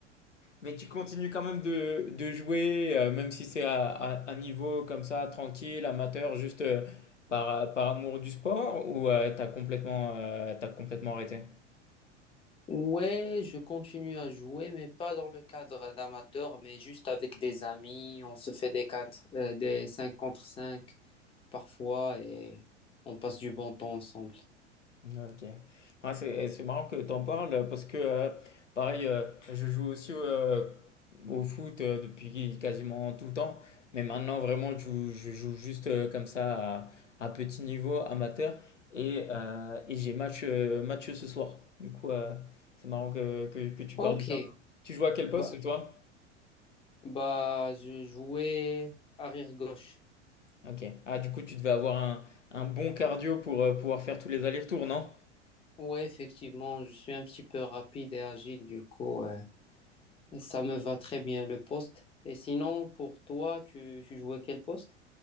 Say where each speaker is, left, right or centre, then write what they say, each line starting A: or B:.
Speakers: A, on the left; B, on the left.
A: Mais tu continues quand même de, de jouer, euh, même si c'est à, à un niveau comme ça, tranquille, amateur, juste euh, par, par amour du sport, ou euh, t'as complètement, euh, t'as complètement arrêté?
B: Ouais, je continue à jouer, mais pas dans le cadre d'amateur, mais juste avec des amis. On se fait des, quatre- euh, des 5 contre 5 parfois et on passe du bon temps ensemble.
A: OK. Ouais, c'est, eh, c'est marrant que tu en parles parce que, euh, pareil, euh, je joue aussi euh, au foot euh, depuis quasiment tout le temps. Mais maintenant, vraiment, je, joue je joue juste euh, comme ça à, à petit niveau amateur. Et, euh, et j'ai match, euh, match ce soir. Du coup, euh, c'est marrant que, que, que tu
B: Ok,
A: parles de ça. Tu joues à quel poste,
B: bah,
A: toi?
B: bah je jouais arrière-gauche.
A: OK. Ah, du coup, tu devais avoir un, un bon cardio pour euh, pouvoir faire tous les allers-retours, non?
B: Ouais, effectivement, je suis un petit peu rapide et agile, du coup, euh, ça me va très bien le poste. Et sinon, pour toi, tu, tu jouais quel poste?